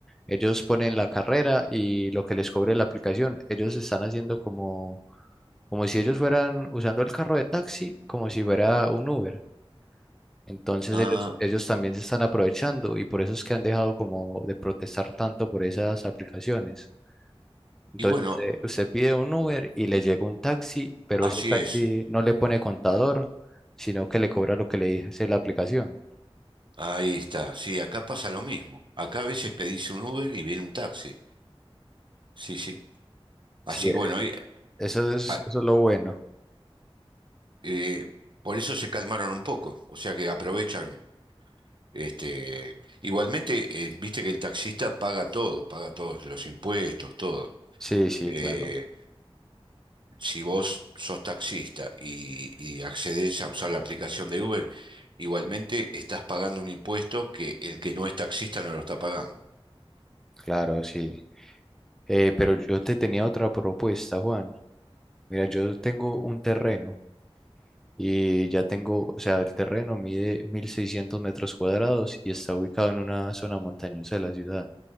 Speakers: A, in the centre; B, on the right.
A: ellos ponen la carrera y lo que les cobre la aplicación, ellos están haciendo como, como si ellos fueran usando el carro de taxi, como si fuera un Uber. Entonces
B: Ah,
A: ellos, ellos también se están aprovechando y por eso es que han dejado como de protestar tanto por esas aplicaciones. Entonces
B: y bueno,
A: usted, usted pide un Uber y le llega un taxi, pero
B: así
A: ese taxi
B: es.
A: no le pone contador, sino que le cobra lo que le dice la aplicación.
B: Ahí está. Sí, acá pasa lo mismo. Acá a veces pedís un Uber y viene un taxi. Sí, sí. Así
A: Sí,
B: que bueno, ahí,
A: eso es,
B: ah,
A: eso es lo bueno.
B: eh, por eso se calmaron un poco. O sea que aprovechan. Este, igualmente, eh, viste que el taxista paga todo, paga todos los impuestos, todo.
A: Sí, sí,
B: Eh,
A: claro,
B: si vos sos taxista y, y accedes a usar la aplicación de Uber, igualmente estás pagando un impuesto que el que no es taxista no lo está pagando.
A: claro, sí. Eh, pero yo te tenía otra propuesta, Juan. Mira, yo tengo un terreno y ya tengo, o sea, el terreno mide 1600 metros cuadrados y está ubicado en una zona montañosa de la ciudad.